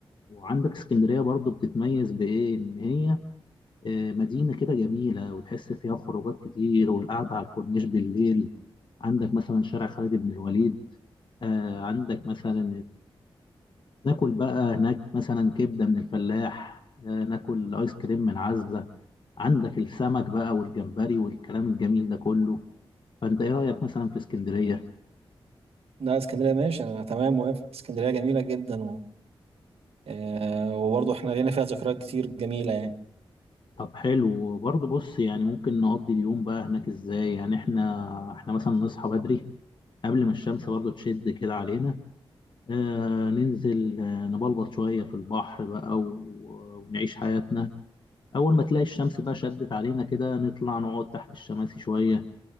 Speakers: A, on the left (about 50°); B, on the right (about 80°).
A: وعندك اسكندريه برضو بتتميز بايه ان هي آه، مدينه كده جميله وتحس فيها خروجات كتير والقعده على الكورنيش بالليل عندك مثلا شارع خالد بن الوليد آه، عندك مثلا ناكل بقى هناك مثلا كبدة من الفلاح آه، ناكل آيس كريم من عزة عندك السمك بقى والجمبري والكلام الجميل ده كله فأنت إيه رأيك مثلا في اسكندرية؟
B: لا اسكندرية ماشي أنا تمام موافق اسكندرية جميلة جدا و... آه وبرضه احنا لينا فيها ذكريات كتير جميلة يعني
A: طب حلو برضه بص يعني ممكن نقضي اليوم بقى هناك إزاي؟ يعني إحنا إحنا مثلا نصحى بدري قبل ما الشمس برضه تشد كده علينا آه ننزل آه نبلبط شوية في البحر بقى و- ونعيش حياتنا أول ما تلاقي الشمس بقى شدت علينا كده نطلع نقعد تحت الشماسي شوية